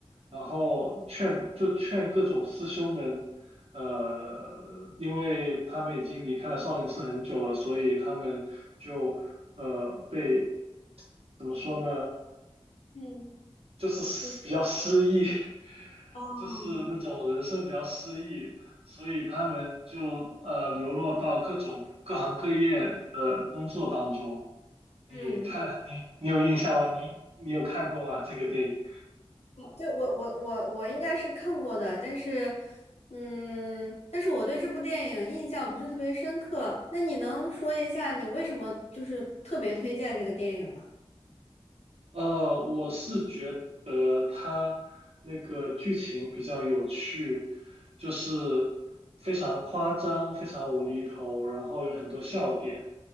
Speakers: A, on the right; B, on the left.
A: 然后劝就劝各种师兄们呃，因为他们已经离开了少林寺很久了，所以他们就呃被怎么说呢，
B: 嗯，
A: 就是失比较失意，
B: 就是
A: <laughs>
B: 哦，
A: 就是那种人生比较失意，所以他们就呃流落到各种各行各业的工作当中。你看，
B: 嗯。
A: 你你有印象吗？你你有看过吗？这个电影？
B: 对，我我我我应该是看过的，但是，嗯，但是我对这部电影印象不是特别深刻。那你能说一下你为什么就是特别推荐这个电影吗？
A: 呃，我是觉得他那个剧情比较有趣，就是非常夸张、非常无厘头，然后有很多笑点。